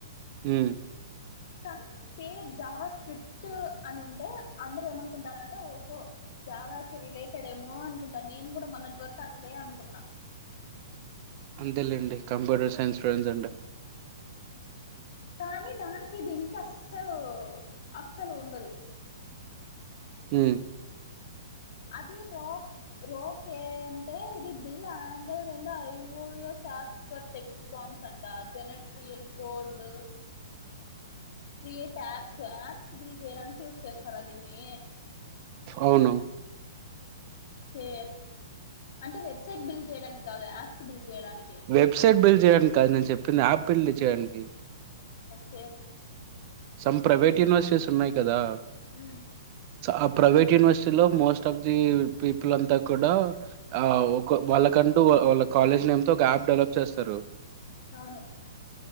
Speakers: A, on the right (about 40°); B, on the left (about 55°).
A: మ్
B: కానీ పేర్ జావా స్క్రిప్ట్ అని ఉంటే అందరు ఏమనుకుంటారంటే, ఓహో! జావాకి రిలేటెడ్ ఏమో అనుకుంటాన నేను కూడా మొన్నటి వరకు అట్లే అనుకున్నా
A: అంతేలేండి, కంప్యూటర్ సైన్స్ స్టూడెట్స్ అంటే.
B: కానీ దానికి దీనికి అస్సలు అస్సలు ఉండదు
A: ఊ
B: అది రో రోకే అంటే ఇది బిల్ ఆండ్రాయిడ్ అం ఐఓయోప్స్ ఫర్ టెక్స్ ఫార్మ్స్ అంట జెనట్రిల్ code create apps apps build చేయడానికి యూస్ చేస్తారది మీ
A: అవును
B: ఓకే అంటే వెబ్సైట్ బిల్డ్ చేయడానికి కాదు యాప్స్ బిల్డ్ చేయడానికి
A: వెబ్సైట్ బిల్డ్ చేయడానికి కాదు నేను చెప్పింది యాప్ బిల్డ్ చేయడానికి
B: ఓకే
A: సమ్ ప్రైవేట్ యూనివర్సిటీస్ ఉన్నాయి కదా
B: ఊ
A: ఆ ప్రైవేట్ యూనివర్సిటీ లో మోస్ట్ ఆఫ్ ది పీపుల్ అంతా కూడా ఆ
B: మ్మ్.
A: ఒక వాళ్ళకంటూ వాళ్ళ కాలేజ్ నేమ్తో ఒక యాప్ డెవలప్ చేస్తారు
B: అవును ఉ